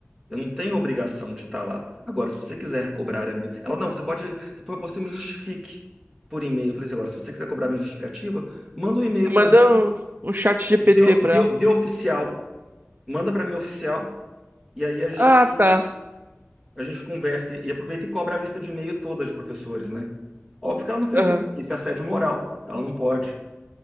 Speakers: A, in the centre; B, on the right.
A: Eu não tenho obrigação de estar lá. Agora, se você quiser cobrar a minha... Ela, não, você pode... Você pode você me justifique por e-mail. Eu falei assim, agora, se você quiser cobrar minha justificativa, manda um e-mail
B: Você
A: para
B: manda
A: mim,
B: um, um chat GPT
A: via,
B: pra
A: via,
B: ela.
A: via oficial. Manda para mim oficial. E aí a gente...
B: Ah, tá.
A: a gente conversa e aproveita e cobra a lista de e-mail toda de professores, né? Óbvio que ela não fez
B: Aham.
A: isso, porque isso é assédio moral, ela não pode.